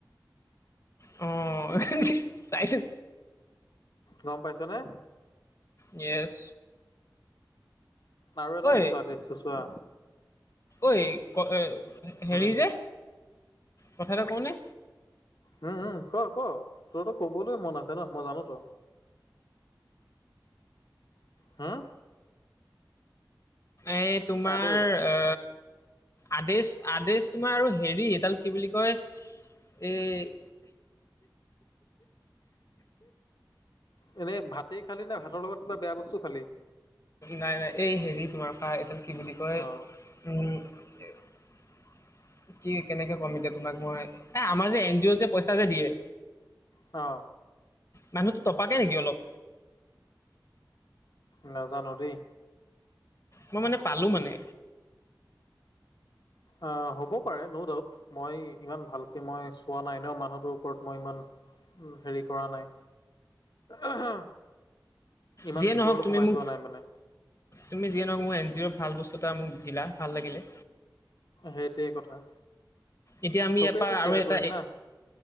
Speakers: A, on the left; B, on the left.
A: অ হ। চাইছো।
B: গম পাইছ নে।
A: ইয়েচ।
B: আৰু এটা
A: ঐ
B: দিছোৱা ডছটো চোৱা।
A: ঐ ক হেৰি
B: উম
A: যে কথা এটা কওঁনে।
B: উম হম ক ক তোৰ তো কবলৈ মন আছে ন মই জানো ত। হম
A: এই তোমাৰ
B: আদেশ
A: অ। আদেশ আদেশ তোমাৰ আৰু হেৰি এইডাল কি বুলি কয়। এই।
B: এনেই ভাতেই খালি নে ভাতৰ লগত কিবা বেয়া বস্তু খালি।
A: নাই নাই এই হেৰি তোমাৰ খা এডাল কি বুলি কয়
B: অ
A: উম। <inaudible> কি কেনেকে কম এতিয়া তোমাক মই এ আমাৰ যে এন জি অ' যে পইচা যে দিয়ে।
B: অ।
A: মানুহটো তপাক নেকি অলপ।
B: নাজানো দেই।
A: মই মানে পালোঁ মানে।
B: অ হ'ব পাৰে ন ডাউট মই ইমান ভালকে মই চোৱা নাই ন মানুহটোৰ ওপৰত মই ইমান। উ হেৰি কৰা নাই আ হা। ইমান
A: যিয়ে
B: ভিতৰতো
A: নহওক তুমি
B: সোমাই
A: মোক
B: যোৱা নাই মানে।
A: তুমি যিয়ে নহক মোৰ এন জি অৰ ভাল বস্তু এটা মোক দিলা ভাল লাগিলে।
B: সেইটোৱেই কথা।
A: এতিয়া আমি
B: তোকেইটো
A: এটা
B: শ্বেয়াৰ
A: আৰু এটা।
B: কৰিম না